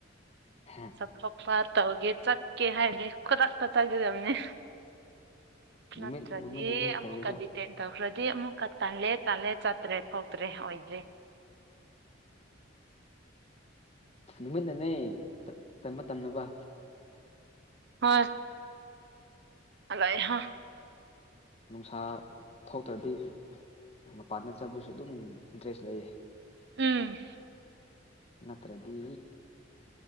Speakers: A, on the left; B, on the right.
A: ꯍꯥ
B: ꯆꯠꯊꯣꯛꯄ ꯇꯧꯒꯦ ꯆꯠꯀꯦ ꯍꯥꯏꯗꯤ ꯈꯨꯗꯛꯇꯥ ꯆꯠꯒꯗꯕꯅꯦ
A: ꯅꯨꯃꯤꯠ
B: ꯅꯠꯇꯔꯥꯗꯤ
A: ꯅꯨꯃꯤꯠꯅꯅꯦ
B: ꯑꯃꯃꯨꯀꯥꯗꯤ
A: ꯇꯜꯂꯤꯗꯣ
B: ꯇꯦꯟ ꯇꯧꯈ꯭ꯔꯗꯤ ꯑꯃꯨꯛꯀꯥ ꯇꯜꯂꯦ ꯇꯜꯂꯦ ꯆꯠꯇ꯭ꯔꯦ ꯊꯣꯛꯇ꯭ꯔꯦ ꯑꯣꯏꯗꯦ
A: ꯅꯨꯃꯤꯠꯅꯅꯦ ꯇꯟꯕ ꯇꯟꯗꯕ
B: ꯍꯣꯏ ꯍꯜꯂꯛꯑꯦ ꯍꯥ
A: ꯅꯨꯡꯁꯥ ꯊꯣꯛꯇ꯭ꯔꯗꯤ ꯃꯄꯥꯟꯗ ꯆꯠꯕꯁꯨ ꯑꯗꯨꯝ ꯏꯟꯇꯔꯦꯁ ꯂꯩꯌꯦ
B: ꯎꯝ
A: ꯅꯠꯇ꯭ꯔꯗꯤ